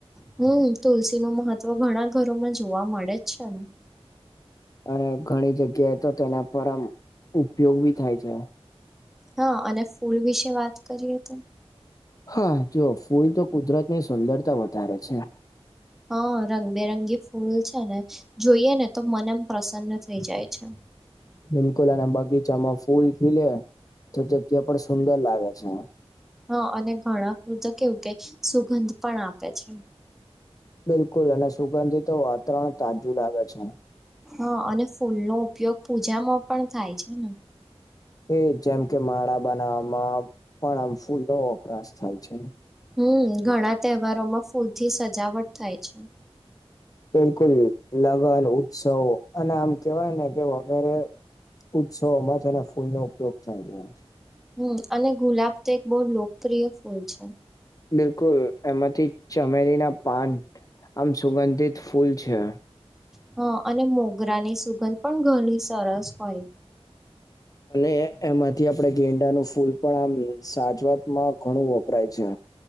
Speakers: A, in the centre; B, on the left.
A: હમ્મ તુલસી નું મહત્વ ઘણા ઘરોમાં જોવા મળે જ છે ને.
B: અને ઘણી જગ્યાએ તો તેના પર આમ ઉપયોગ બી થાય છે.
A: હા અને ફૂલ વિશે વાત કરીએ તો.
B: હા જુઓ ફૂલ તો કુદરત ની સુંદરતા વધારે છે.
A: હા રંગબેરંગી ફૂલ છે ને જોઈએ ને તો મન આમ પ્રસન્ન થઈ જાય છે.
B: બિલકુલ અને બગીચામાં ફૂલ ખીલે, તે જગ્યા પણ સુંદર લાગે છે.
A: હા અને ઘણા ફૂલ તો કેવું કે, સુગંધ પણ આપે છે.
B: બિલકુલ, અને સુગંધિત તો વાતાવરણ તાજું લાગે છે.
A: હા, અને ફૂલનો ઉપયોગ પૂજામાં પણ થાય છે ને.
B: એ જેમ કે માળા બનાવવામાં, પણ આમ ફૂલો વપરાશ થાય છે.
A: હમ્મ, ઘણા તહેવારોમાં ફૂલથી સજાવટ થાય છે.
B: બિલકુલ, લગ્ન, ઉત્સવ અને આમ કેવાય ને કે, વગેરે ઉત્સવમાં તેના ફૂલ નો ઉપયોગ થાય છે.
A: હમ્મ, અને ગુલાબ તો એક બહુ લોકપ્રિય ફૂલ છે.
B: બિલકુલ, એમાંથી ચમેલી ના પાન આમ સુગંધિત ફૂલ છે.
A: હ, અને મોગરાની સુગંધ પણ ઘણી સરસ હોય.
B: અને એમાંથી આપણે ગેંડા નું ફૂલ પણ આમ સાજાવતમાં ઘણું વપરાય છે.